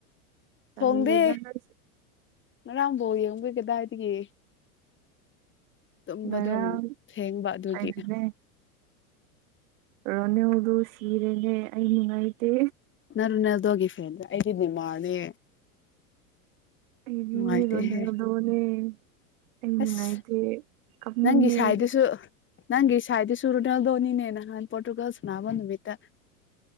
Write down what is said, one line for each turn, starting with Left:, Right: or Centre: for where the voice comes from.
Right: ꯇꯜꯂꯦꯗ
Left: ꯊꯣꯡꯗꯦ
Right: ꯅꯪꯁꯦ
Left: ꯉꯔꯥꯡ ꯕꯣꯜ ꯌꯦꯡꯕꯩ ꯀꯗꯥꯏꯗꯒꯤ ꯇꯨꯝꯕ
Right: ꯉꯔꯥꯡ
Left: ꯑꯗꯨꯝ ꯊꯦꯡꯕ ꯑꯗꯨꯒꯤ
Right: ꯀꯩꯅꯣꯅꯦ ꯔꯣꯅꯦꯜꯗꯣ ꯁꯤꯔꯦꯅꯦ ꯑꯩ ꯅꯨꯉꯥꯏꯇꯦ
Left: ꯅꯪ ꯔꯣꯅꯥꯜꯗꯣꯒꯤ ꯐꯦꯟ ꯗ ꯑꯩꯗꯤ ꯅꯦꯃꯥꯔꯅꯦ
Right: ꯑꯩꯗꯤ
Left: ꯅꯨꯡꯉꯥꯏꯇꯦꯍꯦ
Right: ꯔꯣꯅꯥꯜꯗꯣꯅꯦ ꯑꯩ ꯅꯨꯡꯉꯥꯏꯇꯦ
Left: ꯑꯁ
Right: ꯀꯞꯅꯤꯡꯉꯦ
Left: ꯅꯪꯒꯤ ꯁꯥꯏꯗꯨꯁꯨ ꯅꯪꯒꯤ ꯁ꯭ꯋꯥꯏꯗꯤ ꯁꯨꯔꯨꯅꯦꯜꯗꯣꯅꯤꯅꯦ ꯅꯍꯥꯟ ꯄꯣꯔꯇꯨꯒꯜ ꯁꯅꯥꯅꯕ ꯅꯨꯃꯤꯠꯇ